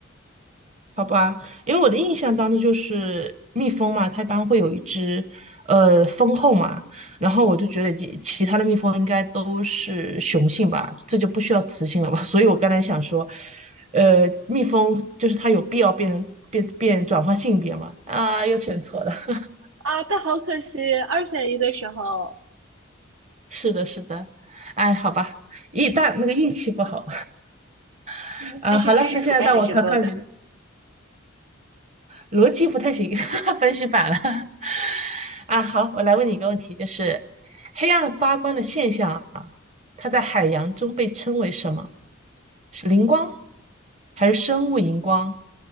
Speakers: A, on the right; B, on the right.
A: 好吧，因为我的印象当中就是蜜蜂嘛，它一般会有一只呃蜂后嘛，然后我就觉得其其他的蜜蜂应该都是雄性吧，这就不需要雌性了吧？<laughs> 所以我刚才想说，呃，蜜蜂就是它有必要变变变转换性别吗？啊，又选错了。<laughs>
B: 啊，但好可惜，二选一的时候，
A: 是的，是的。哎，好吧，一大那个运气不好 <laughs> 啊。
B: 但是知识储备还是够的。
A: 好了，那现在到我考考你了。逻辑不太行，<laughs> 分析反了。<laughs> 啊，好，我来问你一个问题，就是黑暗发光的现象啊，它在海洋中被称为什么？是磷光，还是生物荧光，